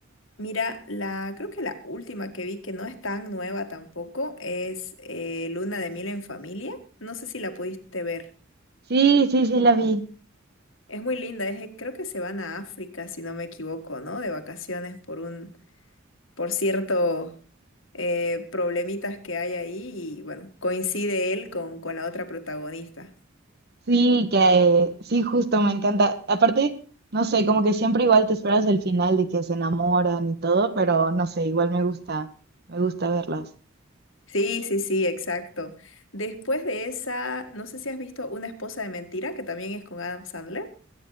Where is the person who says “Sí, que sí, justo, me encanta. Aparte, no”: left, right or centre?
Right